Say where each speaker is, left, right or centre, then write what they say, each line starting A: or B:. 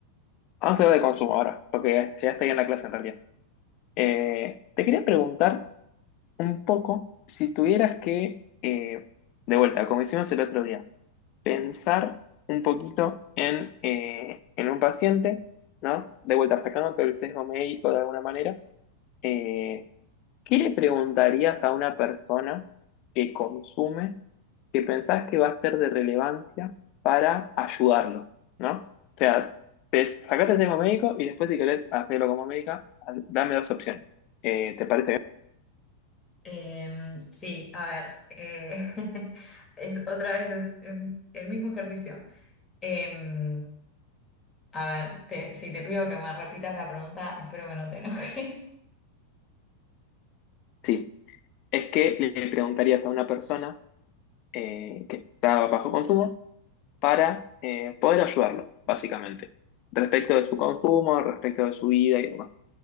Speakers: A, on the left (about 40°); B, on the left (about 15°).
A: Vamos a hablar de consumo ahora, porque ya estoy en la clase en realidad. Eh, te quería preguntar un poco si tuvieras que, eh, de vuelta, como hicimos el otro día, pensar un poquito en, eh, en un paciente, ¿no? De vuelta, sacándote el sesgo médico de alguna manera, eh, ¿Qué le preguntarías a una persona que consume que pensás que va a ser de relevancia para ayudarlo? ¿No? O sea, te sacaste el tema médico y después si querés hacerlo como médica, dame dos opciones. Eh, ¿te parece bien?
B: Em, sí, a ver, eh, <laughs> es otra vez es- es el mismo ejercicio. Em, a ver, te- si te pido que me repitas la pregunta, espero que no te enojes.
A: Sí. Es que le preguntarías a una persona eh, que está bajo consumo para eh, poder ayudarlo, básicamente, respecto de su consumo, respecto de su vida y demás.